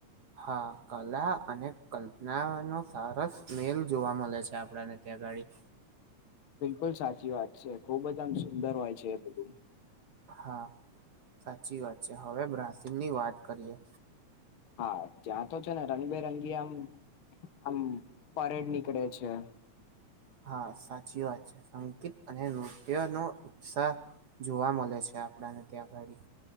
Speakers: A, on the right (about 80°); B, on the left (about 55°).
A: હા કલા અને કલ્પના નો સરસ મેલ જોવા મળે છે આપણને ત્યાં ગાડી.
B: બિલકુલ સાચી વાત છે ખુબ જ આમ સુંદર હોય છે એ બધું.
A: હા સાચી વાત છે, હવે બ્રાસિલ ની વાત કરીએ.
B: હા ત્યાં તો છે ને રંગબેરંગી આમ આમ પરેડ નીકળે છે.
A: હા સાચી વાત છે સંગીત અને નૃત્ય નો ઉત્સાહ જોવા મળે છે આપણાને ત્યાંગાડી.